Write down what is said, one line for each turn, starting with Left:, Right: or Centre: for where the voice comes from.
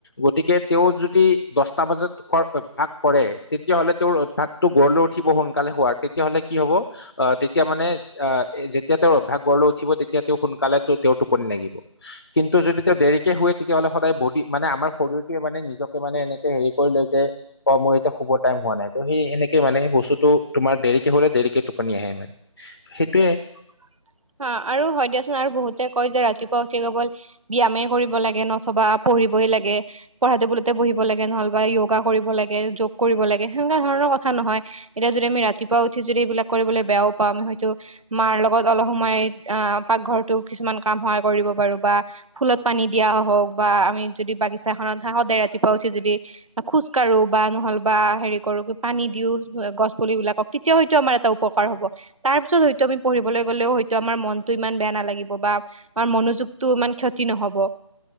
Left: গতিকে, তেওঁ যদি দহটা বজাত শুৱাৰ অভ্যাস কৰে। তেতিয়া হ'লে, তেওঁৰ অভ্যাসটো গঢ় লৈ উঠিব, সোনকালে হোৱাৰ। তেতিয়াহ'লে, কি হ'ব! আঁ তেতিয়া মানে, যেতিয়া তেওঁৰ অভ্যাস গঢ় লৈ উঠিব। তেতিয়া তেওঁ সোনকালে তেওঁৰ টোপনি লাগিব। কিন্তু, যদি তেওঁ দেৰিকে শুৱে তেতিয়া হ'লে সদায় বডি মানে আমাৰ শৰীৰটোৱে মানে নিজকে মানে এনেকে হেৰি কৰি লৈ যায়। মোৰ এতিয়া শুবৰ টাইম হোৱা নাই তো সেই হেনেকে মানে বস্তুতটো তোমাৰ দেৰিকৈ হ'লে দেৰিকৈ টোপনি আহে মানে সেইটোৱে
Right: <unintelligible> আৰু হয় দিয়াচোন আৰু বহুতে কয় যে ৰাতিপুৱা উঠি কেৱল ব্যায়ামে কৰিব লাগে নথবা আহ পঢ়িবই লাগে, পঢ়া টেবুলতে বহিব লাগে, নহ'লে বা য়োগা কৰিব লাগে। যোগ কৰিব লাগে হেনেকুৱা ধৰণৰ কথা নহয়। এতিয়া যদি আমি ৰাতিপুৱা উঠি যদি এইবিলাক কৰিবলৈ বেয়াও পাওঁ। আমি হয়তো মাৰ লগত অলপ সোমাই আহ পাকঘৰতো কিছুমান কাম কৰিব পাৰোঁ বা ফুলত পানী দিয়া হওঁক বা আমি যদি বাগিছা খনত সদায় ৰাতিপুৱা উঠি যদি খোজ কাঢ়ো বা নহ'লে বা হেৰি কৰোঁ। পানী দিওঁ। গছ পুলি বিলাকক তেতিয়াও হয়তো আমাৰ এটা উপকাৰ হ'ব। তাৰ পিছত হয়তো আমি পঢ়িবলৈ গ'লেও হয় টো আমাৰ মনতটো ইমান বেয়া নালাগিব বা আমাৰ মনোযোগটো ইমান ক্ষতি নহ'ব।